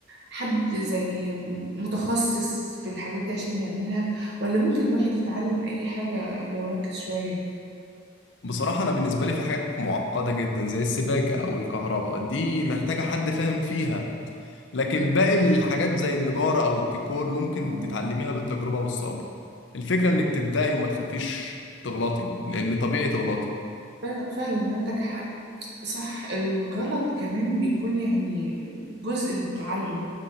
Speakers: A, on the right; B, on the left.
A: حد زي متخصص في الحاجات دي عشان يعملها ولا ممكن الواحد يتعلم اي حاجة لو ركز شوية
B: بصراحة أنا بالنسبة لي في حاجات معقدة جدا زي السباكة أو الكهرباء دي محتاجة حد فاهم فيها لكن باقي الحاجات زي النجارة أو الديكور ممكن
A: اه
B: تتعلميها بالتجربة والصبر الفكرة إنك تبدأي وما تخافيش تغلطي لأن طبيعي تغلطي
A: ف- فعلا عندك حق صح الغلط كمان بيكون يعني جزء من التعلم